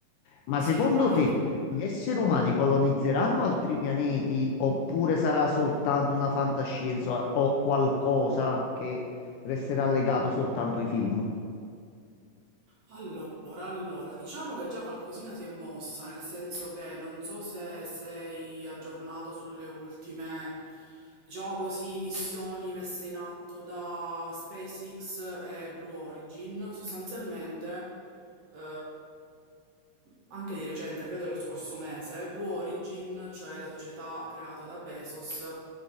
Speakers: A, on the left (about 80°); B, on the right (about 65°).
A: Ma
B: sì,
A: secondo
B: vai,
A: te
B: dimmi.
A: gli esseri umani colonizzeranno altri pianeti oppure sarà soltanto una fantascienza o qualcosa che resterà legato soltanto ai film?
B: Allora, allora, diciamo che già qualcosina si è mossa, nel senso che non so se sei aggiornato sulle ultime, diciamo così, missioni messe in atto da SpaceX e Blue Origin. Sostanzialmente, eh, anche di recente, credo dello scorso mese, Blue Origin, cioè la società creata da Bezos,